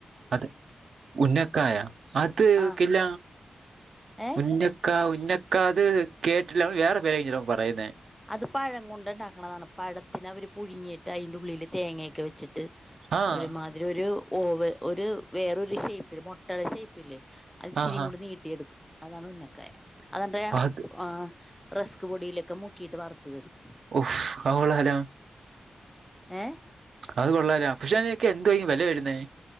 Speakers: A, on the right (about 80°); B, in the centre.
A: അതെ ഉന്നക്കായ അത്
B: ആഹ്
A: കില്ല
B: ഏഹ്
A: ഉന്നക്ക പന്നക്ക അത് കേട്ട്ട്ടില്ല വേറെ പേരായിരിക്കും പറയുന്നേ
B: അത് പഴം കൊണ്ട് ഉണ്ടാക്കണതാണ് പഴത്തിന അവര് പുഴുങ്ങിയിട്ട് അയിന്റ ഉള്ളില് തേങ്ങേക്ക വച്ചിട്ട്
A: ആഹ്
B: ഒരുമാതിരി ഒരു ഓവ് ഒരു വേറൊരു ഷേപ്പില് മൊട്ടേട ഷേപ്പില്ലേ അതിച്ചിരീം
A: ആഹാ
B: കൂട നീട്ടി എടുക്കും അതാണ് ഉന്നക്കായം അതെന്റെ
A: അത്
B: ആ റസ്ക് പൊടിയിലൊക്കെ മു ആക്കിട്ട് വറുത്ത് തരും
A: ഓഫ് അവളാര
B: ഏ
A: അത് കൊള്ളാലാ പ്ഷാനക്ക് എന്തുവാരിക്കും വില വരുന്നേ